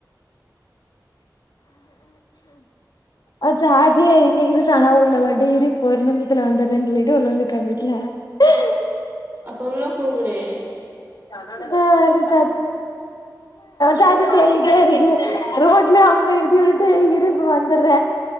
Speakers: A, on the left; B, on the right.
A: <unintelligible>
B: அப்ப உள்ள கூப்புடு
A: து <unintelligible> சாச்சி சொல்லிட்டே இருக்கு ரோட்ல அங்க இலுத்து விட்டுட்டு இருப்ப வந்துர்ற